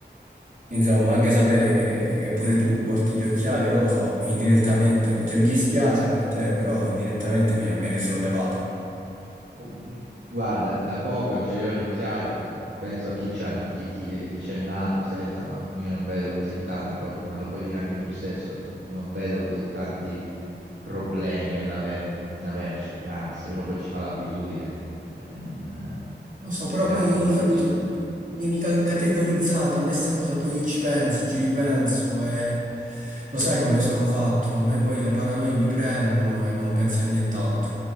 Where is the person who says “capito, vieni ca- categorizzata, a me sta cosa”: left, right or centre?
Right